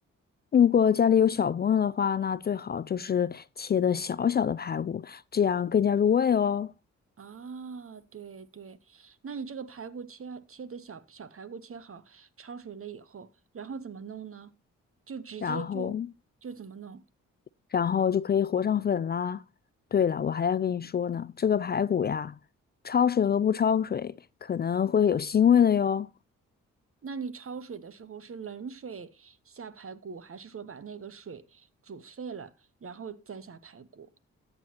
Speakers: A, on the left; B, on the right.
A: 如果家里有小朋友的话，那最好就是切的小小的排骨，这样更加入味哦。
B: 啊，对对，那你这个排骨切切的小小排骨切好，焯水了以后，然后怎么弄呢？就直接就就怎么弄？
A: 然后，然后就可以和上粉啦。对了，我还要跟你说呢，这个排骨呀，焯水和不焯水可能会有腥味的哟。
B: 那你焯水的时候是冷水下排骨，还是说把那个水煮沸了，然后再下排骨？